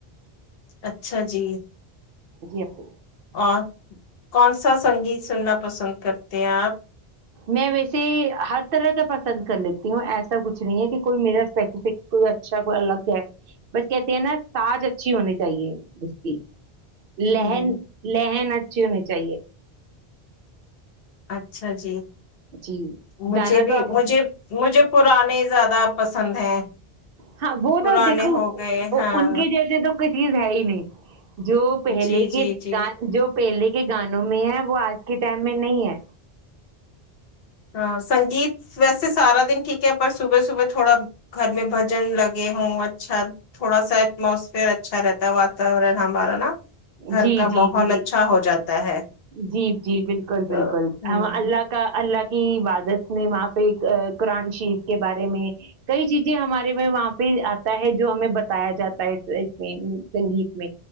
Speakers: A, on the left; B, on the right.
A: اچھا جی
B: جی آپ
A: اور کون سا سنگیت سننا پسند کرتے ہیں آپ
B: میں ویسے ہر طرح کا پسند کر لیتی ہوں ایسا کچھ نہیں ہے کہ کوئی میرا اسپیسیفک کوئی اچھا کوئی الگ ہے بس کہتے ہیں نا سج اچھی ہونی چاہیے اس کی لہن
A: ہ
B: لہن اچھی ہونی چاہیے
A: اچھا جی
B: جی
A: مجھے
B: گانا
A: بھی
B: تو آپ
A: مجھے مجھے پرانے زیادہ پسند ہیں
B: ہاں وہ
A: پرانے
B: تو دیکھو
A: ہو گئے ہاں
B: ان کے جیسے تو کوئی چیز ہے ہی نہیں جو پہلے
A: جی جی
B: کےان
A: جی
B: جو پہلے کے گانوں میں ہے وہ آج کے ٹائم میں نہیں ہے
A: ہاں سنگیت ویسے سارا دن ٹھیک ہے پر صبح صبح تھوڑا گھر میں بھجن لگے ہوں اچھا تھوڑا سا ایٹموسفیئر اچھا رہتا ہے واتاورن ہمارا نا گھر
B: جی
A: کا
B: جی
A: ماحول
B: جی
A: اچھا ہو جاتا ہے
B: جی جی بالکل
A: تو
B: بالکل
A: ہوں
B: ہم اللہ کا اللہ کا کی عبادت میں وہاں پہ قرآن شیف کے بارے میں کئی چیزیں ہمارے میں وہاں پہ آتا ہے جو ہمیں بتایا جاتا ہے اس میں سنگیت میں